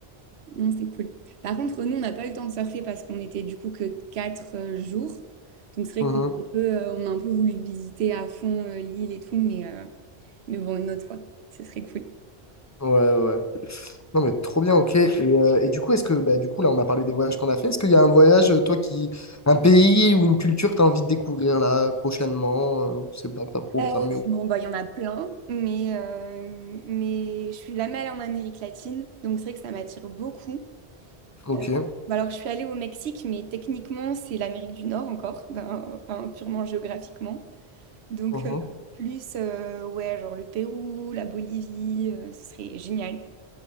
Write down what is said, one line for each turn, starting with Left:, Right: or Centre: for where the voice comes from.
Right: Non, c'est cool. Par contre, nous, on n'a pas eu le temps de surfer parce qu'on était du coup que quatre euh, jours. Donc c'est
Left: mhm.
Right: vrai qu'on a un peu, euh, on a un peu voulu visiter à fond euh, l'île et tout, mais, euh, mais bon, une autre fois, ce serait cool.
Left: ouais, ouais. Non mais trop bien, ok. Et, euh, et du coup, est-ce que, bah, du coup, là, on a parlé des voyages qu'on a fait. Est-ce qu'il y a un voyage, euh, toi, qui, un pays ou une culture que tu as envie de découvrir là prochainement? euh, je sais pas, que t'as programmé
Right: Euh,
Left: ou...
Right: bon, bah, il y en a plein, mais, euh, mais je suis jamais allée en Amérique latine, donc c'est vrai que ça m'attire beaucoup.
Left: Ok.
Right: Euh, bah, alors, je suis allée au Mexique, mais techniquement, c'est l'Amérique du Nord encore, d'un- enfin, purement géographiquement. Donc,
Left: Mhm.
Right: euh, plus, euh, ouais, genre le Pérou, la Bolivie, euh, ce serait génial.